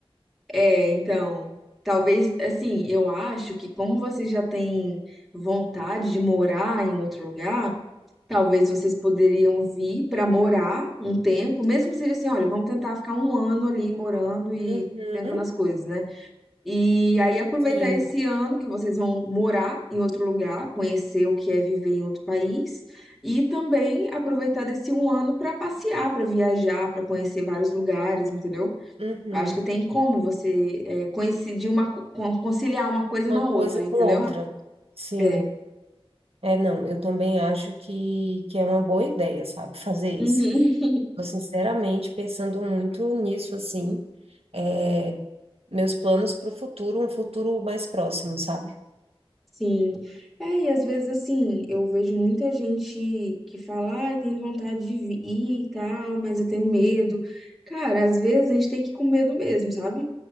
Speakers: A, in the centre; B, on the right (about 75°).
A: É, então, talvez, assim, eu acho que como vocês já têm vontade de morar em outro lugar, talvez vocês poderiam vir para morar um tempo, mesmo que seja assim, olha, vamos tentar ficar um ano ali morando e
B: Uhum,
A: tentando as coisas, né? E aí aproveitar
B: sim.
A: esse ano que vocês vão morar em outro lugar, conhecer o que é viver em outro país, e também aproveitar desse um ano para passear, para viajar, para conhecer vários lugares, entendeu?
B: Uhum.
A: Eu acho que tem como você é, coincidir uma, co- con- conciliar uma coisa
B: Uma
A: na
B: coisa
A: outra, entendeu?
B: com outra. Sim.
A: É.
B: É, não, eu também acho que, que é uma boa ideia, sabe, fazer isso.
A: Uhum. <laughs>
B: Tô sinceramente pensando muito nisso, assim, é, meus planos para o futuro, um futuro mais próximo, sabe?
A: Sim. É, e às vezes assim, eu vejo muita gente que fala, ai, tem vontade de vi- ir e tal, mas eu tenho medo. Cara, às vezes a gente tem que ir com medo mesmo, sabe?